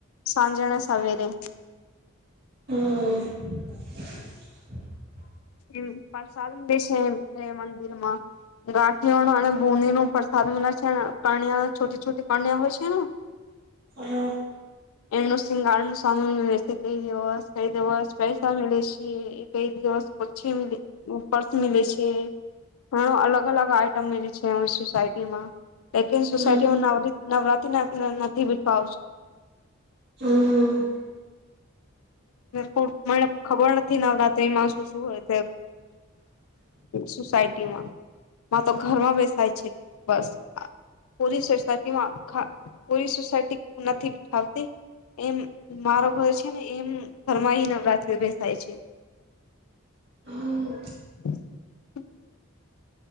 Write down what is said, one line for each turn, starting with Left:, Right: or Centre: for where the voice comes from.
Left: સાંજને સવેરે
Right: હમ્મ
Left: એમ પ્રસાદ મળે છે એ મંદિર માં ગાંઠિયાને અને બુંદીનો પ્રસાદ મલે છે, અને કન્યા છોટી છોટી કન્યા હોય છે, ને
Right: હમ્મ
Left: એમનું શિંગાર ન સામાન મ છે, કઈ દિવસ કઈ દિવસ પૈસા મ છે કઈ દિવસછી પર્સ મિ છે, ઘણ અલગ અલગ આઈટમ મ છે, સોસાયટીમાં લે સોસાયટીમા
Right: હમ
Left: નવરીત નવરાત્રીના નથી બીઠવા આવશે
Right: હમ્મ
Left: કોક પણ ખબર થી નવરાત્રિ માં શું શું હોય સોસાયટીમાં મા તો ઘરમાં બેસાય છે, બસ પૂરી સોસાયટીમાં પૂરી સોસાયટી નથી ઠાવતી એમ મારો ઘર છે, છે ને એમ ફરમાઈ નવરાત્રિઓ બેસાય છે,
Right: હમ
Left: <unintelligible>